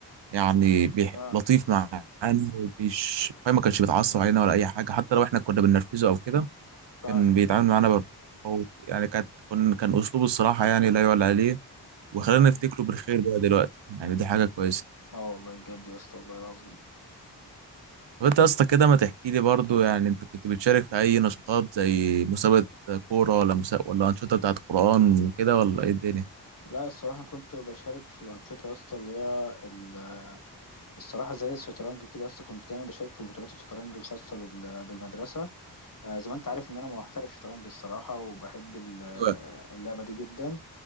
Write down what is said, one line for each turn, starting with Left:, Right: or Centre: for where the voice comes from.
Right: يعني بيح...
Left: فعلا
Right: لطيف معانا ومش فاهم ما كانش بيتعصب علينا ولا اي حاجه حتى لو احنا كنا بننرفزه او كده
Left: فعلا
Right: كان بيتعامل
Left: فعلا
Right: معانا بر- هو يعني كانت كان كان اسلوبه الصراحه يعني لا يعلى عليه وخلينا
Left: فعلا
Right: نفتكره بالخير بقى دلوقتي يعني دي حاجه كويسه
Left: آه والله بجد يا اسطى والله العظيم
Right: طب انت يا اسطى كده ما تحكي لي برضو يعني انت كنت بتشارك في اي نشاطات زي مسابقه كوره ولا مسا... ولا انشطه بتاعت قران وكده ولا ايه الدنيا
Left: لا الصراحة كنت بشارك في الأنشطة يا اسطى اللي هي ال- الصراحة زي الشطرنج كده يا اسطى كنت دايما بشارك في بطولات الشطرنج الخاصة بال- بالمدرسة آه، زي ما أنت عارف إن أنا محترف شطرنج الصراحة وبحب ال-
Right: أيوة.
Left: اللعبة دي جدا